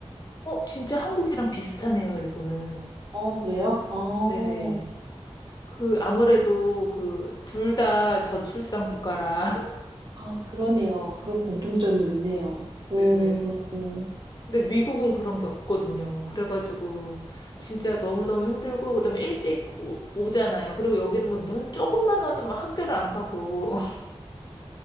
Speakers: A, on the left; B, on the right.
A: 어, 진짜 한국이랑 비슷하네요, 일본은.
B: 어, 그래요? 어,
A: 네네. 그, 아무래도 그, 둘 다 저출산 국가라.
B: 아, 그러네요. 그런 공통점이 있네요.
A: <laughs>
B: 음,
A: 네네. 근데 미국은 그런 게 없거든요. 그래가지고, 진짜 너무너무 힘들고, 그다음에 일찍 오, 오잖아요. 그리고 여기는 뭐 눈 조금만 와도 막 학교를 안 가고, <laughs>